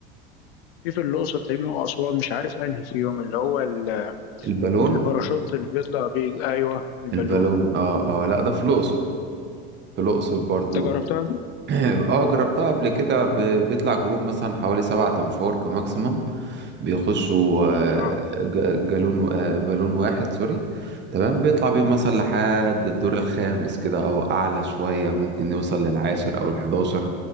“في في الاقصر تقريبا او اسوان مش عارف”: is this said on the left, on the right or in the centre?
Left